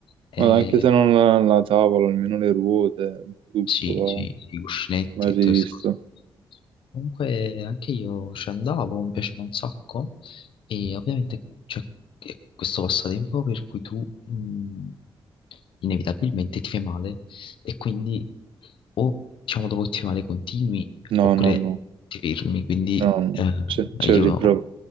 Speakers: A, on the left (about 75°); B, on the right (about 80°).
A: Eh,
B: Ma anche se non la, la tavola, almeno le ruote, tutto
A: sì, sì, sì, i cuscinetti,
B: va, va rivisto.
A: tutto questo Comunque anche io ci andavo, mi piaceva un sacco e ovviamente c'è è questo passatempo per cui tu mh, inevitabilmente ti fai male e quindi o diciamo dopo che ti fai male continui
B: No,
A: oppure
B: no, no.
A: ti fermi, quindi
B: No, no,
A: eh,
B: ce, ce
A: io
B: l'ho ripro-